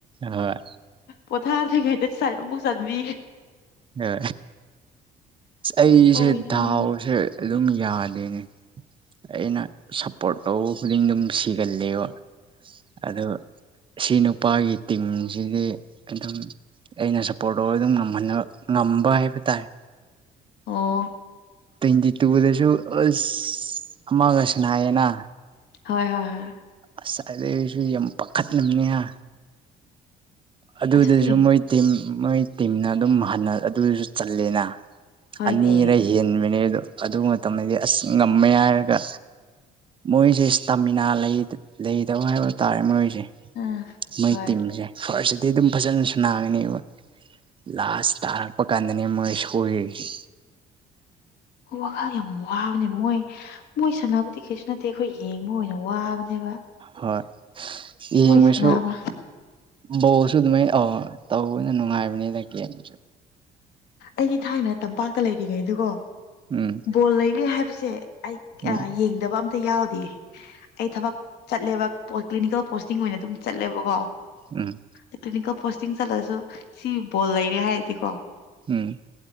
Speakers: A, on the right; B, on the left.
A: ꯍꯣꯏ
B: ꯄꯣꯊꯗꯤ ꯀꯩꯇ ꯆꯕꯨꯨ ꯆꯥꯟꯕꯤ
A: ꯍ ꯑꯩꯁ
B: ꯑꯣꯏꯌꯦ
A: ꯙꯥꯎꯁ ꯑꯗꯨꯝ ꯌꯥꯗꯦꯅꯦ ꯑꯩꯅ ꯁꯞꯄꯣꯔꯠ ꯇꯧꯕ ꯈꯨꯗꯤꯡ ꯑꯗꯨꯝ ꯁꯤꯒꯜꯂꯦꯕ ꯑ ꯁꯤ ꯅꯨꯄꯥꯒꯤ ꯇꯤꯝꯁꯤꯗꯤ ꯑꯗꯨꯝ ꯑꯩꯅ ꯁꯞꯄꯣꯔꯠ ꯇꯧꯔꯒ ꯑꯗꯨꯝ ꯉꯝꯍꯟꯅꯕ ꯉꯝꯕ ꯍꯥꯏꯕ ꯇꯥꯔꯦ
B: ꯑꯣ
A: ꯇ꯭ꯋꯦꯟꯇꯤ ꯇꯨꯗꯁꯨ ꯑꯁ ꯑꯃꯒ ꯁꯥꯟꯅꯥꯔꯦꯅꯥ
B: ꯍꯣꯏ ꯍꯣꯏ ꯍꯣꯏ
A: ꯑꯁ ꯑꯗꯩꯩ ꯑꯩꯁꯨ ꯌꯥꯝ ꯄꯥꯈꯠꯂꯝꯕꯅꯤ ꯍꯥ ꯑꯗꯨꯗꯁꯨ
B: ꯑꯗꯨꯗꯤ
A: ꯃꯣꯏ ꯇꯤꯝ ꯃꯣꯏ ꯇꯤꯝꯅ ꯑꯗꯨꯝ ꯍꯟꯅ ꯑꯗꯨꯁꯨ ꯆꯜꯂꯤꯂꯦꯅ
B: ꯍꯣꯏꯅꯦ
A: ꯑꯅꯤꯔ ꯍꯦꯟꯕꯅꯦ ꯑꯗꯣ ꯑꯗꯨ ꯃꯇꯝꯗꯗꯤ ꯑꯁ ꯉꯝꯃꯦ ꯍꯥꯏꯔꯒ ꯃꯣꯏꯁꯦ ꯏꯁꯇꯥꯃꯤꯅꯥ ꯂꯩꯗꯕ ꯍꯥꯏꯕ ꯇꯥꯔꯦ ꯃꯣꯏꯁꯦ
B: ꯎꯝ
A: ꯃꯣꯏ
B: ꯍꯣꯏ
A: ꯇꯤꯝꯁꯦ ꯐꯥꯔꯁꯁꯤꯗꯤ ꯑꯗꯨꯝ ꯐꯖꯅ ꯁꯥꯟꯅꯒꯅꯦꯕ ꯂꯥꯁ ꯇꯥꯔꯛꯄ ꯀꯥꯟꯗꯅꯤ ꯃꯣꯏ ꯁꯣꯜꯂꯤꯁꯦ
B: ꯋꯥꯈꯜ ꯌꯥꯝ ꯋꯥꯕꯅꯦ ꯃꯣꯏ ꯃꯣꯏ ꯁꯥꯟꯅꯕꯗꯤ ꯀꯩꯁꯨ ꯅꯠꯇꯦ ꯑꯩꯈꯣꯏ ꯌꯦꯡꯕ ꯑꯣꯏꯅ ꯋꯥꯕꯅꯦꯕ
A: ꯍꯣꯏ ꯌꯦꯡꯕꯁꯨ
B: ꯃꯣꯏ ꯁꯥꯟꯅꯕ
A: ꯕꯣꯜꯁꯨ ꯑꯗꯨꯃꯥꯏꯅ ꯑꯧ ꯇꯧꯕꯅꯦ ꯅꯨꯡꯉꯥꯏꯕꯅꯤꯅ ꯒꯦꯝꯁꯨ
B: ꯑꯩꯗꯤ ꯊꯥꯏꯅ ꯇꯝꯄꯥꯛꯇ ꯂꯩꯔꯤꯉꯩꯗꯨꯀꯣ
A: ꯎꯝ
B: ꯕꯣꯜ ꯂꯩꯔꯦ ꯍꯥꯏꯕꯁꯦ ꯑꯩ
A: ꯎꯝ
B: ꯌꯦꯡꯗꯕ ꯑꯝꯇ ꯌꯥꯎꯗꯤꯌꯦ ꯑꯩ ꯊꯕꯛ ꯆꯠꯂꯦꯕ ꯀ꯭ꯂꯤꯅꯤꯀꯦꯜ ꯄꯣꯁꯇꯤꯡ ꯑꯣꯏꯅ ꯑꯗꯨꯝ ꯆꯠꯂꯦꯕꯀꯣ
A: ꯎꯝ
B: ꯇꯦꯛꯅꯤꯀꯦꯜ ꯄꯣꯁꯇꯤꯡ ꯆꯠꯂꯁꯨ ꯁꯤ ꯕꯣꯜ ꯂꯩꯔꯦ ꯍꯥꯏꯔꯗꯤꯀꯣ
A: ꯎꯝ